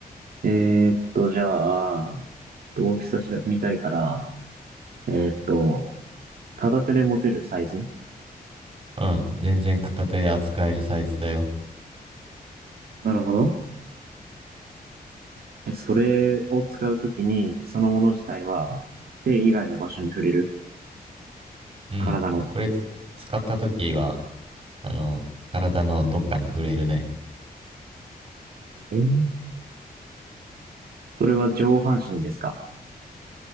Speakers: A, on the right; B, on the right.
A: えーっと、じゃあ、ちょっと大きさ調べ見たいから、えーっと、片手で持てるサイズ
B: うん、全然片手で扱えるサイズだよ。
A: なるほど。え、それを使うときに、そのもの自体は、手以外の場所に触れる
B: うん、
A: 体の。
B: これつ使った時は、あの、体のどっかに触れるね。
A: えーそれは上半身ですか